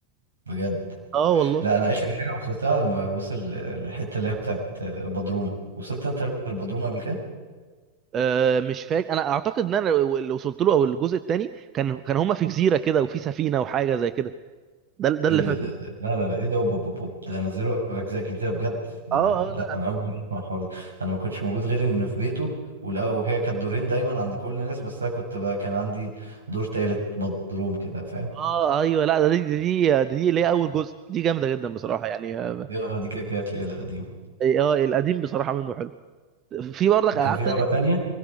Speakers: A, on the right (about 75°); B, on the right (about 30°).
A: بجد
B: اه والله
A: لا انا اخر حاجه وصلتها لما وصل للحته اللي هي بتاعت البدروم وصلت انت البدروم قبل كده
B: آه، مش فاكر انا اعتقد ان انا اللي وصلت له او الجزء الثاني كان كان هما في جزيره كده وفي سفينه وحاجه زي كده ده ده
A: ايه
B: اللي
A: ده
B: فاكره
A: ده- ده- لا لا ايه ده أوب أوب أوب أوب. ده نزلوا اجزاء جديده بجد ده
B: اه
A: انا
B: اه لا
A: لا انا
B: هتلاقي
A: اول مره اسمع الحوار ده انا ما كنتش موجود غير ان في بيته ولا وهي كانت دورين دايما عند كل الناس بس انا كنت بقى كان عندي دور تالت بدروم كده فاهم
B: اه ايوه لا ده دي دي دي دي اللي هي اول جزء دي جامده جدا بصراحه يعني اه
A: يا دي كده كده الليله القديمه
B: آه، القديم بصراحه منه حلو في برضك
A: وكان
B: العاب
A: في لعبه
B: تانية كتير
A: تانية
B: أوي.